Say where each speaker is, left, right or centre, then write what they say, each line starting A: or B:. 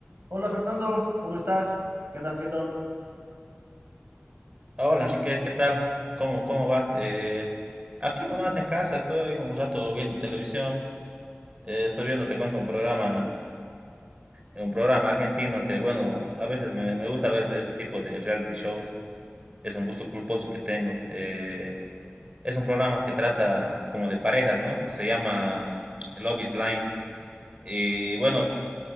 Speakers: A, on the right; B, on the right.
A: Hola Fernando, ¿cómo estás? ¿Qué andas haciendo?
B: Hola, Enrique, ¿qué tal? ¿Cómo, cómo va? Eh, aquí nomás en casa estoy un rato viendo televisión. Eh, estoy viendo, te cuento, un programa, un programa argentino que, bueno, a veces me, me gusta ver este este tipo de reality shows. Es un gusto culposo que tengo. Eh, es un programa que trata como de parejas, ¿no? Se llama Love is Blind. Y bueno,